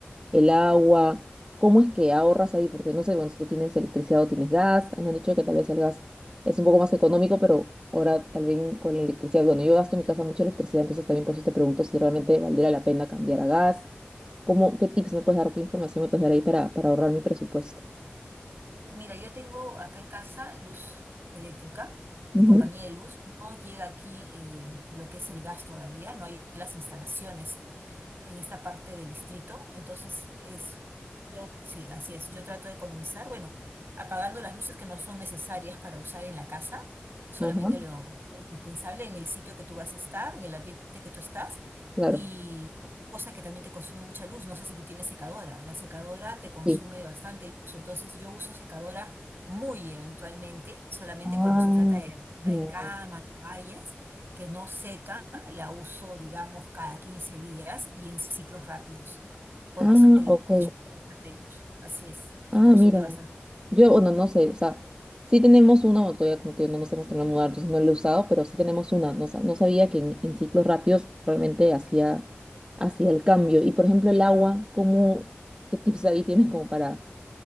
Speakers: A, on the right; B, on the right.
A: el agua, ¿cómo es que ahorras ahí? Porque no sé, bueno, si tú tienes electricidad o tienes gas, me han dicho que tal vez el gas es un poco más económico, pero ahora tal vez con la electricidad. Bueno, yo gasto en mi casa mucha electricidad, entonces también por eso te pregunto si realmente valdría la pena cambiar a gas. ¿Cómo, qué tips me puedes dar o qué información me puedes dar ahí para, para ahorrar mi presupuesto?
B: Mira, yo tengo acá en casa luz eléctrica de
A: Ujú.
B: compañía de luz. No llega aquí eh, lo que es el gas todavía, no hay las instalaciones en esta parte del distrito. Entonces, es, yo, sí, así es. Yo trato de economizar, bueno, apagando las luces que no son necesarias para usar en la casa, solamente
A: Ya, Ajá,
B: lo, lo indispensable en el sitio que tú vas a estar, en el ambiente que tú estás.
A: claro.
B: Y otra cosa que también te consume mucha luz, no sé si tú tienes secadora, la secadora te consume
A: Sí.
B: bastante luz, entonces yo uso secadora muy eventualmente, solamente
A: Ah,
B: cuando se trata de,
A: ya.
B: de cama, toallas, que no seca, la uso, digamos, cada 15 días y en ciclos rápidos, porque
A: Ah,
B: eso te
A: ok.
B: consume bastante luz. Así es,
A: Ah,
B: te consume
A: mira.
B: bastante.
A: Yo, bueno, no sé, o sea, sí tenemos una, bueno, todavía como te digo, no nos hemos terminado de mudar, entonces no la he usado, pero sí tenemos una. No, sa- no sabía que en, en ciclos rápidos realmente hacía, hacía el cambio. Y por ejemplo, el agua, ¿cómo, qué tips ahí tienes como para,